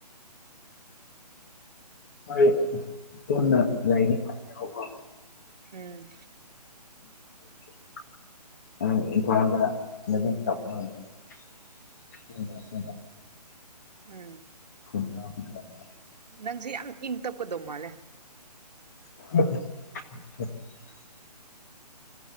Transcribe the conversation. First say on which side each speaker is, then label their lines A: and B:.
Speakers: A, on the left; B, on the right.
A: ꯑꯩꯈꯣꯏ ꯄꯨꯟꯅ ꯂꯩꯅꯤ ꯍꯥꯏꯌꯦꯕꯀꯣ
B: ꯎꯝ
A: <unintelligible> <unintelligible>
B: ꯎꯝ
A: <unintelligible>
B: ꯅꯪꯁꯦ ꯌꯥꯝ ꯏꯪ ꯇꯞꯀꯗꯧ ꯃꯥꯜꯂꯦ
A: <unintelligible>